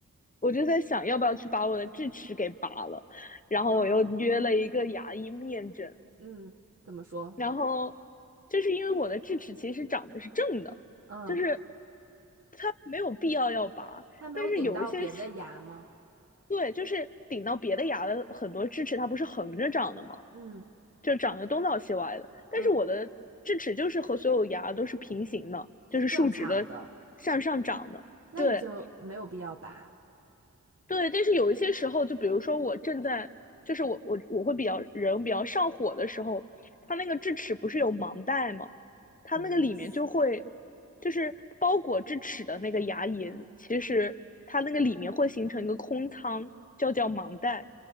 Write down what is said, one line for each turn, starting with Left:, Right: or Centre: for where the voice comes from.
Left: 我就在想要不要去把我的智齿给拔了，然后我又约了一个牙医面诊，
Right: 嗯，嗯，怎么说？
Left: 然后就是因为我的智齿其实长得是正的，
Right: 嗯，
Left: 就是它没有必要要拔，
Right: 他没有顶到别的牙吗？
Left: 但是有一些是对，就是顶到别的牙的很多智齿，它不是横着长的吗？
Right: 嗯
Left: 就长得东倒西歪的。但是我的智齿就是和所有牙都是平行的，
Right: 嗯，就是正常的，
Left: 就是竖直的，向上长的。
Right: 那你就没有必要拔，
Left: 对对，但是有一些时候，就比如说我正在，就是我我我会比较人比较上火的时候，它那个智齿不是有盲袋吗？它那个里面就会，
Right: 什么意思？
Left: 就是包裹智齿的那个牙龈，其实它那个里面会形成一个空腔，叫叫盲袋。